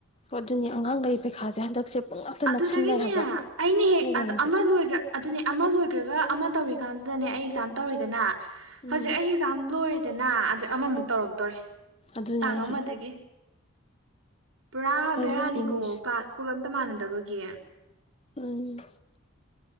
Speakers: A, on the left (about 30°); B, on the right (about 80°).
A: ꯍꯣ ꯑꯗꯨꯅꯦ ꯑꯉꯥꯡꯒꯩ ꯄꯩꯈꯥꯁꯦ ꯍꯟꯗꯛꯁꯦ ꯄꯨꯡꯅꯛꯇ
B: ꯑꯗꯨꯗꯒꯤꯅꯦ
A: ꯅꯛꯁꯟꯅꯩ ꯍꯥꯏꯕ
B: ꯑꯩꯅ
A: ꯁ꯭ꯀꯨꯜ
B: ꯍꯦꯛ
A: ꯃꯌꯥꯝꯁꯦ
B: ꯑꯃ ꯂꯣꯏꯈ꯭ꯔꯥ ꯑꯗꯨꯅꯦ ꯑꯃ ꯂꯣꯏꯈ꯭ꯔꯒ ꯑꯃ ꯇꯧꯔꯤꯀꯥꯟꯗꯨꯗꯅꯦ ꯑꯩ ꯑꯦꯛꯖꯥꯝ ꯇꯧꯔꯦꯗꯅ
A: ꯎꯝ
B: ꯍꯧꯖꯤꯛ ꯑꯩ ꯑꯦꯛꯖꯥꯝ ꯂꯣꯏꯔꯦꯗꯅ ꯑꯗ ꯑꯃꯃꯨꯛ ꯇꯧꯔꯛꯇꯣꯔꯦ
A: ꯑꯗꯨꯅꯦ
B: ꯇꯥꯡ
A: ꯑꯩꯁꯦ
B: ꯑꯃꯗꯒꯤ꯫ ꯄꯨꯔꯥ
A: ꯀꯩꯅꯣꯝꯗꯤ
B: ꯕꯦꯔꯥꯅꯤꯀꯣ
A: ꯃꯣꯏꯁꯦ
B: ꯀꯥꯁ ꯁ꯭ꯀꯨꯜ ꯑꯝꯇ ꯃꯥꯟꯅꯗꯕꯒꯤ꯫
A: ꯎꯝ